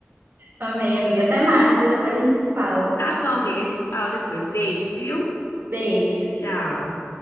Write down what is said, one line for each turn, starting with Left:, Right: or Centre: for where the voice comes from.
Right: amei, amiga. Até mais, viu? Depois a gente se fala.
Left: Tá bom, amiga, a gente se fala depois. Beijo, viu?
Right: Beijo.
Left: Tchau.